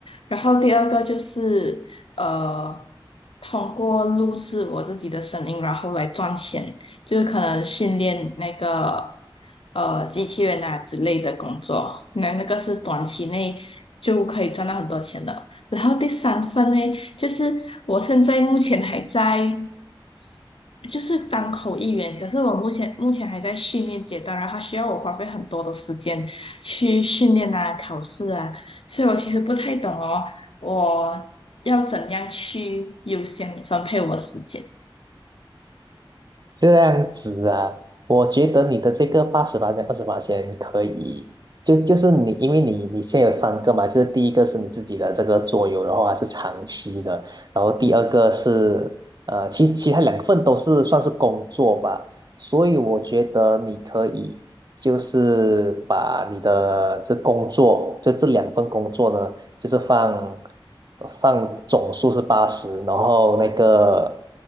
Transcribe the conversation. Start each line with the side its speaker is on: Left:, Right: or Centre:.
Left: 然后第二个就是呃，通过录制我自己的声音，然后来赚钱。就是可能训练那个呃机器人啊之类的工作，那那个是短期内就可以赚到很多钱的。然后第三份呢，就是我现在目前还在就是当口译员，可是我目前目前还在训练阶段，然后它需要我花费很多的时间去训练啊、考试啊，所以我其实不太懂哦，我要怎样去优先分配我的时间。
Right: 这样子啊，我觉得你的这个八十八千、二十八千可以，就就是你，因为你你现在有三个嘛，就是第一个是你自己的这个桌游，然后还是长期的，然后第二个是呃，其其他两份都是算是工作吧，所以我觉得你可以就是把你的这工作，就这两份工作呢。就是放放总数是八十，然后那个